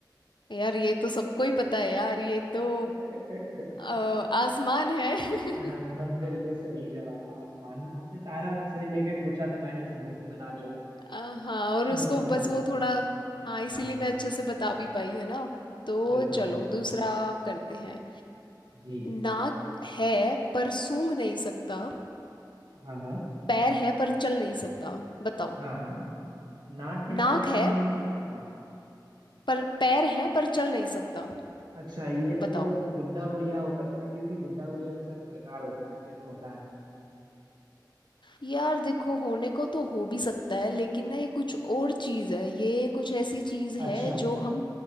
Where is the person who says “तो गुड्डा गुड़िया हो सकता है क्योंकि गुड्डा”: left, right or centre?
Right